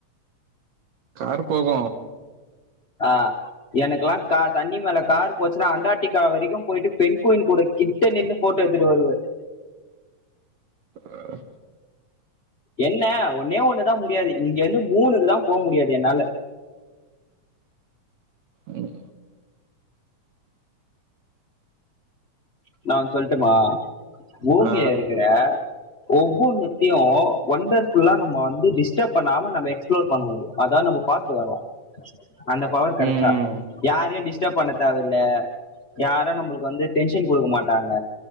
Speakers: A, on the right; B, on the left.
A: காரு போகூ
B: ஆ எனக்கெல்லா கா தண்ணி மேல காரு போச்சு சுன்னா அண்டார்ட்டிகா வெரிக்கும் போயிட்டு பெண்குயின் கூட கிட்ட நின்னு ஃபோட்டோ எடுத்துட்டு வருவ
A: ஆஹ
B: என்ன ஒன்னே ஒண்ணுதா முடியாது இங்கந்து மூணுக்குதா போ முடியாது என்னால
A: உஹ
B: நா ஒன்னு சொல்ட்டுமா பூமிய
A: ஆ
B: இருக்குற ஒவ்வொன்னத்தையு ஒண்டர்ஃபுல்லா நம்ம வந்து டிஸ்டப் பண்ணாம நம்ம எக்ஸ்ப்ளோர் பண்ண முடியு அதா நம்ம பாத்துட்டு வரோ அந்த பவர் கெடச்சா
A: ம் ம்
B: யாரையு டிஸ் டிஸ்டப் பண்ண தேவஇல்ல யாரு நம்பளுக்கு வந்து டென்ஸ் டென்சன் குடுங்க மாட்டாங்க